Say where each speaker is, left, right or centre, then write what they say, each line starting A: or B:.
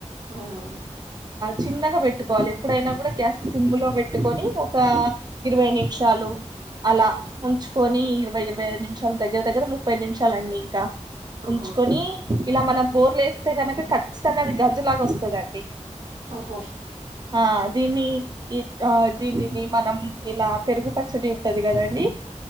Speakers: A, on the right; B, on the right.
A: అవునవును
B: చిన్నగా పెట్టుకోవాలి ఎప్పుడైనా కూడా గ్యాస్ సిమ్ము లో పెట్టుకొని ఒక ఇరవై నిమిషాలు అలా ఉంచుకొని ఇరవై ఇరవైఐదు నిమిషం దగ్గర దగ్గర ముప్పై నిమిషాలండి ఇంకా
A: ఆహా
B: ఉంచుకొని ఇలా మనం బోర్లు ఏస్తే కనక ఖచ్చితంగా అది గంజు లాగా వస్తదండి
A: ఓహో
B: ఆ దీన్ని ఆ దీనిని మనం ఇలా పెరుగుపట్ చడి ఉంటది కదండి